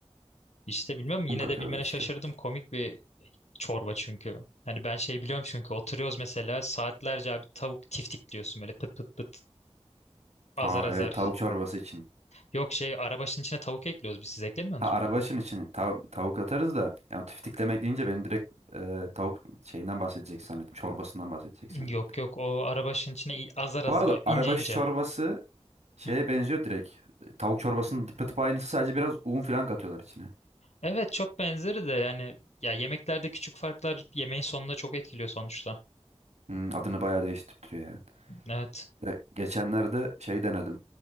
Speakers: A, on the left (about 80°); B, on the right (about 80°).
A: İşte bilmiyorum yine
B: Un katıyorlar
A: de bilmene
B: işte.
A: şaşırdım. Komik bir çorba çünkü. Hani ben şey biliyorum çünkü oturuyoruz mesela saatlerce abi tavuk tiftikliyorsun böyle pıt pıt pıt azar
B: Ha
A: azar.
B: evet tavuk çorbası için.
A: Yok şey arabaşın içine tavuk ekliyoruz biz siz eklemiyorsunuz
B: Ha araba
A: mu?
B: işin için tav- tavuk atarız da yani tiftiklemek deyince benim direkt e, tavuk şeyinden bahsedecek zannettim. Çorbasından bahsedecek zannettim.
A: Yok yok o arabaşın içine i- azar azar
B: Bu arada
A: böyle ince
B: arabaş
A: ince.
B: çorbası Şeye
A: Hı.
B: benziyor direkt. Tavuk çorbasının tıpa tıpa aynısı sadece biraz un falan katıyorlar içine.
A: Evet çok benzeri de yani ya yemeklerde küçük farklar yemeğin sonunda çok etkiliyor sonuçta.
B: Hmm, adını bayağı değiştiriyor yani.
A: Evet.
B: Ya, geçenlerde şey denedim.